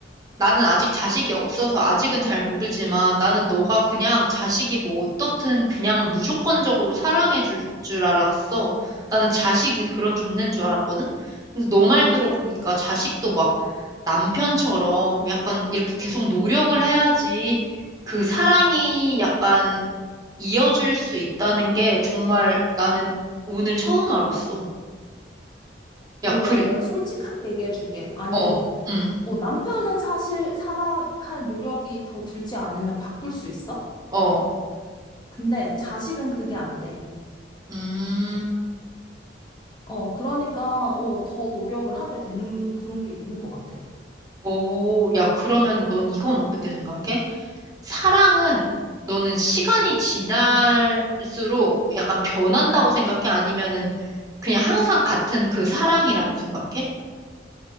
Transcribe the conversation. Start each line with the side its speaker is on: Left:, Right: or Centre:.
Right: 나는 아직 자식이 없어서 아직은 잘 모르지만 나는 너가 그냥 자식이 뭐 어떻든 그냥 무조건적으로 사랑해 줄 줄 알았어. 나는 자식이 그런 존재인 줄 알았거든? 근데 너 말 들어보니까 자식도 막 남편처럼 약간 이렇게 계속 노력을 해야지 그 사랑이 약간 이어질 수 있다는 게 정말 나는 오늘 처음 알았어. 야,
Left: 어,
Right: 그래,
Left: 야, 내가 솔직하게 얘기해 줄게. 아니,
Right: 어, 음,
Left: 어, 남편은 사실 사랑할 노력이 더 들지 않으면 바꿀 수 있어?
Right: 어,
Left: 근데 자식은 그게 안 돼.
Right: 음.
Left: 어, 그러니까, 어, 더 노력을 하게 되는 그런 게 있는 것 같아.
Right: 오, 야, 그러면은 넌 이건 어떻게 생각해? 사랑은 너는 시간이 지날수록 약간 변한다고 생각해? 아니면은 그냥 항상 같은 그 사랑이라고 생각해?